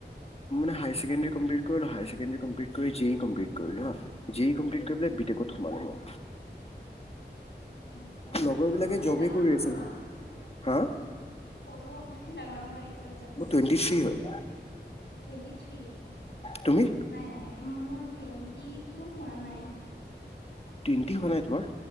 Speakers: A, on the left; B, on the left.
A: মানে হাই ছেকেডম্ট কৰিলোছেমট কৰি ইম কৰিলো যি কমপ্লিট
B: উম,
A: কৰিলে ত সোমালো ম
B: আচ্ছা।
A: লগৰ
B: সৰু
A: বিলাকে
B: হ'বা
A: জবেই
B: নে ডাঙৰ
A: কৰি
B: হ'বা
A: আছিল
B: বা?
A: হা
B: সৰু হ'বা নে ডাঙৰ হ'বা সটোোৱ জাবিছো
A: মোৰ টুৱেণ্টি থ্ৰী হয়।
B: টুৱেণ্টি থ্ৰী
A: তুমি?
B: নাই নাই মোৰ টুৱেন্টি টো হোৱা নাই
A: তিনিটি হোৱা নাই তোমাৰ